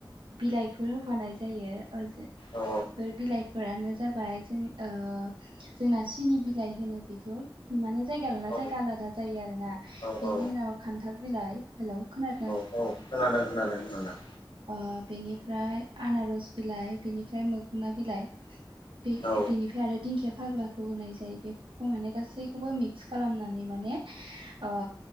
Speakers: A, on the right; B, on the left.
A: बिलाइफोर होफानाय जायो ओ जे
B: औ
A: बेफोर बिलाइ फोरानो जाबाय जों ओ जोंना सिनि बिलाइ होनो बेखौ। माने जायगा लाना
B: औ
A: जायगा आलादा जायो आरो ना
B: औ
A: बेनि
B: औ
A: उनाव खान्थाल बिलाइ हेलौ खोनादों
B: औ औ खोनादों खोनादों खोनादों
A: ओ बेनिफ्राय आनारस बिलाइ बेनिफ्राय मोखोना बिलाइ बे
B: औ
A: बेनिफ्राय आरो दिंखिया फाग्ला खौ होनाय जायो बेफोरखौ माने गासैखौबो मिक्स खालामनानै माने ओ